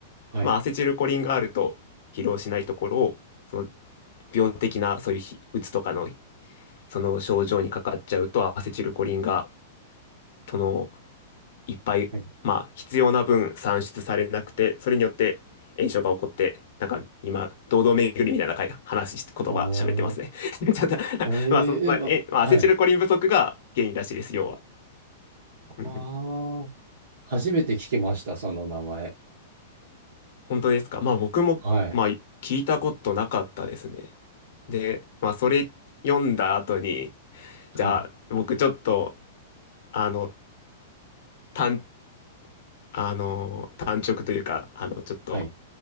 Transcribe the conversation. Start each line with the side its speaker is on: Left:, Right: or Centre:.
Right: はい。
Left: まあアセチルコリンがあると疲労しないところを、その病的なそういうひうつとかのその症状にかかっちゃうとアセチルコリンがその、いっぱい、
Right: はい。
Left: まあ、必要な分産出されなくて、それによって炎症が起こって、なんか今、堂々巡りみたいな会話し、言葉喋ってますね。
Right: あ
Left: <laughs> ちょっと
Right: あ、ええまはい。
Left: まあ、その、え、まあ、アセチルコリン不足が原因らしいです、要は。
Right: ああ、
Left: うんうん
Right: 初めて聞きました、その名前。
Left: 本当ですか。まあ、僕も、
Right: はい。
Left: まあ、聞いたことなかったですね。で、まあ、それ読んだ後に、
Right: はい。
Left: じゃあ、僕ちょっと、あの、単、あの、単直というか、あの、ちょっと、
Right: はい。